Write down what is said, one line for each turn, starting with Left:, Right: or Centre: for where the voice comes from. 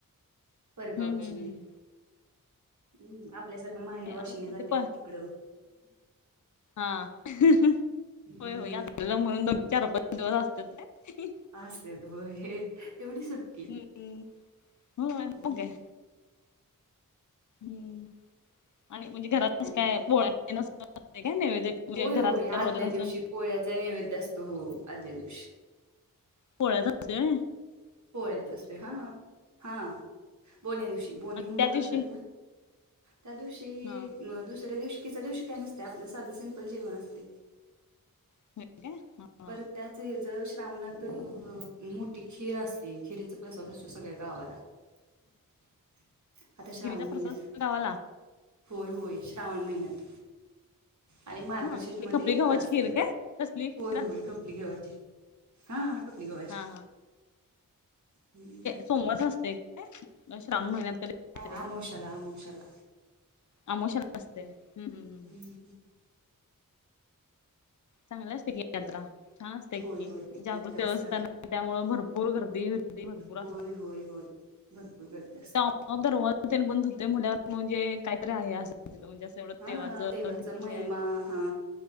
Right: पररगावची
Left: हम्म हम्म हम्म
Right: हम् आपल्यासारखं माहेर
Left: ते
Right: वाशिनी
Left: आता
Right: जाते
Left: ते प
Right: तिकडं
Left: हा होय
Right: हम्म
Left: होय यात्रेला म्हणून दोन चार पाच दिवस असत ना
Right: असेत हो हे तेवढी सुद्धा
Left: हम्म हग
Right: हम्म.
Left: हम्म आणि म्हणजे घरातस
Right: आणि
Left: काय पोळ्या का नैवेद्य म्हणजे
Right: होय होय
Left: घरात काय
Right: आदल्या
Left: बनवतात असं
Right: दिवशी पोळ्याचा नैवेद्य असतो हो आदल्या दिवशी
Left: पोळ्याचांचेय
Right: पोळ्यात असते हा हा बोण्या दिवशी बोनी
Left: आणि
Right: म्हणूनतत्ञ
Left: त्या दिवशी
Right: त्या दिवशी
Left: हा
Right: दुसऱ्या दिवशीच्या दिवशी काय नसते आपलं साधं सिंपल जेवण असते
Left: <unintelligible>
Right: परत त्याच हे ज श्रावणात मोटी खीर असते खिरीचा प्रसाद असतो सगळ्या गावाला <unintelligible> आता श्रावण
Left: खिरीचा
Right: महिन्यात
Left: प्रसाद असतो गावाला
Right: होय होय श्रावण महिन्यात आणि मार्गशीर्ष
Left: हा ते
Right: मदी
Left: खपली
Right: यात्रा
Left: गव्हाची
Right: असते
Left: खीर <unintelligible>
Right: वय होय खपली गव्हाची हा खपली गव्हाची
Left: हा
Right: हम्म
Left: सोमवरच असतय श्रावण महिन्यात
Right: आमोशाला आमोशाला
Left: आमोश असतय हम्म्म हम्
Right: हम्म,
Left: चांगलं असते की यात्रा छान असते
Right: होय
Left: की
Right: होय
Left: जागृत
Right: यात्रा असता
Left: व्यवस्था त्यामु भरपूर पुरग दव देव पु
Right: होय
Left: अस
Right: होय होय भरपूर गरजे असते
Left: ऑफ पण म्हवर म्हणजे काहीतरी आहे अस म्हणजे एवढं
Right: हा
Left: देवाचं
Right: देवाचा
Left: किती
Right: महिमा
Left: हे आहे
Right: हा